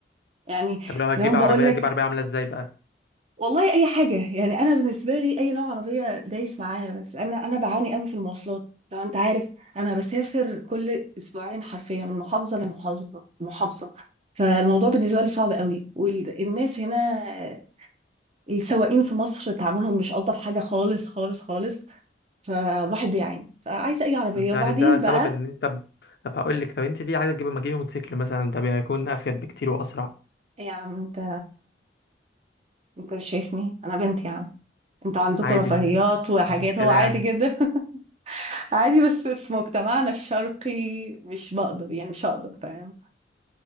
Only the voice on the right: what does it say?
يعني
زي ما
بقول لك
والله اي حاجه يعني انا بالنسبه لي اي نوع عربيه دايس معايا بس انا انا بعاني قوي في المواصلات لو انت عارف انا بسافر كل اسبوعين حرفيا من محافظه لمحافظه محافظه فالموضوع بالنسبه لي صعب قوي والناس هنا السواقين في مصر تعاملهم مش الطف حاجه خالص خالص خالص فالواحد بيعاني فعايزه اي عربيه
وبعدين
بقى
إيه يا عم انت انت مش شايفني انا بنت يا عم انتوا عندكم
رفاهيات
وحاجات
هو عادي
جدا <laughs> عادي بس في مجتمعنا الشرقي مش بقدر يعني مش هقدر فاهم